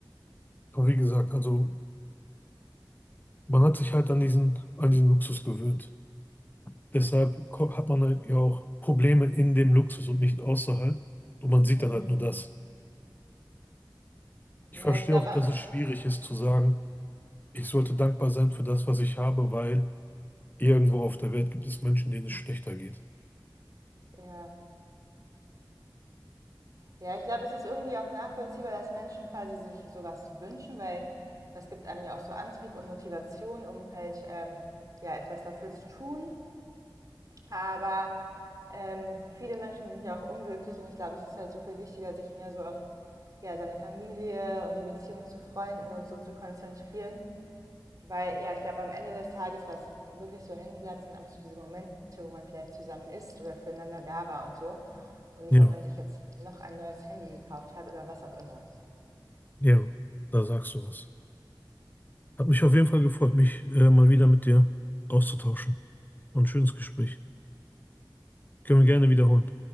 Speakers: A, on the left; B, on the right.
A: Aber wie gesagt, also man hat sich halt an diesen, an diesen Luxus gewöhnt. Deshalb ko- hat man halt ja auch Probleme in dem Luxus und nicht außerhalb. Und man sieht
B: Hm.
A: dann halt nur das. Ich
B: Ja,
A: verstehe
B: ich glaube,
A: auch, dass es schwierig ist zu sagen, ich sollte dankbar sein für das, was ich habe, weil irgendwo auf der Welt gibt es Menschen, denen es schlechter geht.
B: äh, ja. Ja, ich glaube, es ist irgendwie auch nachvollziehbar, dass Menschen quasi sich sowas wünschen, weil das gibt einem ja auch so Antrieb und Motivation, um halt ähm, ja etwas dafür zu tun. Aber ähm, viele Menschen sind ja auch unglücklich und ich glaube, es ist halt so viel wichtiger, sich mehr so auf ja, seine Familie und die Beziehung zu Freunden und so zu konzentrieren. Weil ja, ich glaube, am Ende des Tages, was wirklich so hängen bleibt, sind einfach so diese Momente, wo man vielleicht zusammen ist oder füreinander da war und so. Und nicht,
A: Ja,
B: ob man sich jetzt noch ein neues Handy gekauft hat oder was auch immer.
A: ja, da sagst du was. Hat mich auf jeden Fall gefreut, mich äh, mal wieder mit dir auszutauschen. Und ein schönes Gespräch. Können wir gerne wiederholen.